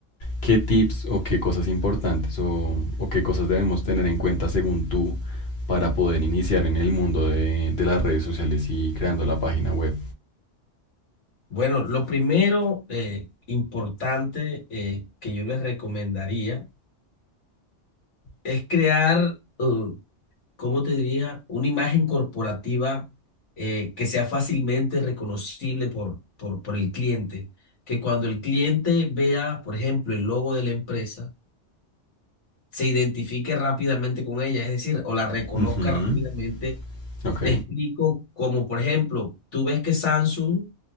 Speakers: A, on the left (about 55°); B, on the left (about 70°).
A: qué tips o qué cosas importantes o, o qué cosas debemos tener en cuenta según tú para poder iniciar en el mundo de, de las redes sociales y creando la página web.
B: Bueno, lo primero eh, importante eh, que yo les recomendaría es crear, eh, ¿cómo te diría?, una imagen corporativa eh, que sea fácilmente reconocible por, por, por el cliente. Que cuando el cliente vea, por ejemplo, el logo de la empresa, se identifique rápidamente con ella, es decir, o la reconozca
A: Ujú,
B: rápidamente.
A: Ok,
B: Te explico, como por ejemplo, tú ves que Samsung